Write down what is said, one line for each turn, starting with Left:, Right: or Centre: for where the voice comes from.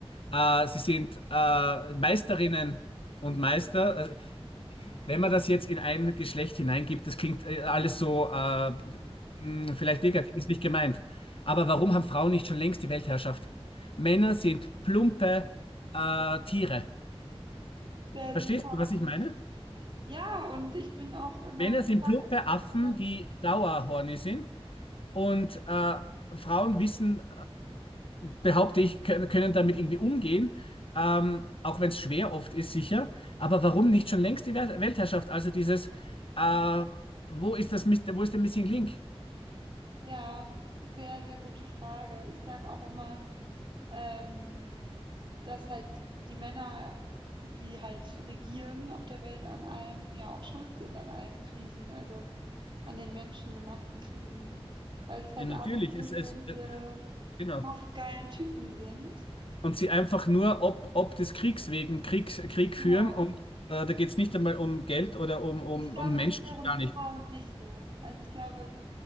Left: Äh, sie sind äh, Meisterinnen und Meister. Also, wenn man das jetzt in ein Geschlecht hineingibt, das klingt äh, alles so äh, mh, vielleicht negativ, ist nicht gemeint. Aber warum haben Frauen nicht schon längst die Weltherrschaft? Männer sind plumpe äh, Tiere.
Right: Sehr
Left: Verstehst
Right: sympathisch.
Left: du, was ich meine?
Right: Ja, und ich bin auch immer,
Left: Männer sind
Right: ich sag,
Left: plumpe Affen,
Right: ja,
Left: die Dauerhorny sind. Und äh, Frauen wissen, äh, behaupte ich, können, können damit irgendwie umgehen, ähm, auch wenn es schwer oft ist, sicher. Aber warum nicht schon längst die Wel- Weltherrschaft? Also dieses,
Right: ja,
Left: äh, wo ist das, Mis- wo ist der Missing Link?
Right: ja, sehr, sehr gute Frage. Ich sag auch immer, ähm, dass halt die Männer, die halt regieren auf der Welt an allem, ja auch schuld sind an allen Krisen, also an den menschengemachten Krisen, weil das halt
Left: Ja, natürlich.
Right: alles irgendwelche
Left: Es, es, äh, genau.
Right: machtgeilen Typen sind.
Left: Und sie einfach nur ob, ob des Kriegs wegen Kriegs, Krieg
Right: Genau.
Left: führen und äh, da geht es nicht einmal um Geld oder um, um,
Right: Ich glaube,
Left: um Menschen,
Right: das wäre
Left: schon gar
Right: mit
Left: nicht.
Right: Frauen nicht so. Also ich glaube,